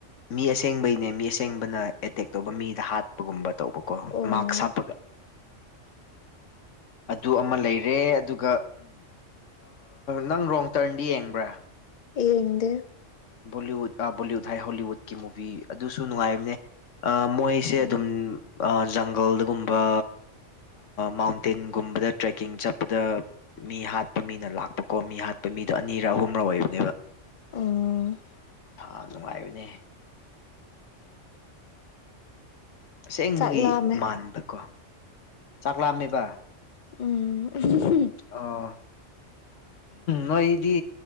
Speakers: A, on the left; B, on the left.
A: ꯃꯤ ꯑꯁꯦꯡꯕꯩꯅꯦ ꯃꯤ ꯑꯁꯦꯡꯕꯅ ꯑꯦꯇꯦꯛ ꯇꯧꯕ ꯃꯤꯗ ꯍꯥꯠꯄꯒꯨꯝꯕ ꯇꯧꯕ ꯀꯣ
B: ꯎꯝ
A: ꯃꯥꯛꯁ ꯍꯥꯞꯄꯒ ꯑꯗꯨ ꯑꯃ ꯂꯩꯔꯦ ꯑꯗꯨꯒ ꯅꯪ ꯔꯣꯡ ꯇꯔꯟꯗꯤ ꯌꯦꯡꯕ꯭ꯔꯥ
B: ꯌꯦꯡꯗꯦ
A: ꯕꯣꯂꯤꯋꯨꯗ ꯕꯣꯂꯤꯋꯨꯠ ꯍꯥꯏ ꯍꯣꯂꯤꯋꯨꯗꯀꯤ ꯃꯨꯚꯤ ꯑꯗꯨꯁꯨ ꯅꯨꯡꯉꯥꯏꯕꯅꯦ ꯑꯥ ꯃꯣꯏꯁꯦ
B: ꯎꯝ
A: ꯑꯗꯨꯝ ꯖꯪꯒꯜꯗꯒꯨꯝꯕ ꯃꯥꯎꯟꯇꯦꯟꯒꯨꯝꯕꯗ ꯇ꯭ꯔꯦꯛꯀꯤꯡ ꯆꯠꯄꯗ ꯃꯤ ꯍꯥꯠꯄ ꯃꯤꯅ ꯂꯥꯛꯄꯀꯣ ꯃꯤ ꯍꯥꯠꯄ ꯃꯤꯗꯣ ꯑꯅꯤꯔ ꯑꯍꯨꯝꯔ ꯑꯣꯏꯕꯅꯦꯕ
B: ꯎꯝ
A: ꯏꯁ ꯅꯨꯡꯉꯥꯏꯕꯅꯦ ꯑꯁꯦꯡꯕꯒꯤ
B: ꯆꯥꯛ ꯂꯥꯝꯃꯦ
A: ꯃꯥꯟꯕꯀꯣ ꯆꯥꯛꯂꯥꯝꯃꯦꯕ
B: ꯎꯝ
A: ꯑꯥ ꯅꯣꯏꯗꯤ